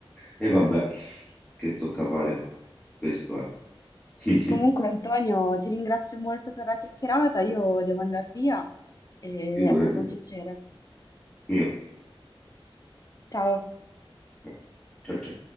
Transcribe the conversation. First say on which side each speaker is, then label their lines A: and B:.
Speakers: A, in the centre; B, on the left (about 40°).
A: E
B: Mm.
A: vabbè, che tocca fare? Questo è. <laughs>
B: Comunque, Antonio, ti ringrazio molto per la chiacchierata. Io devo andare via e
A: Figurati.
B: è stato un piacere.
A: Mio.
B: Ciao.
A: No. Ciao ciao.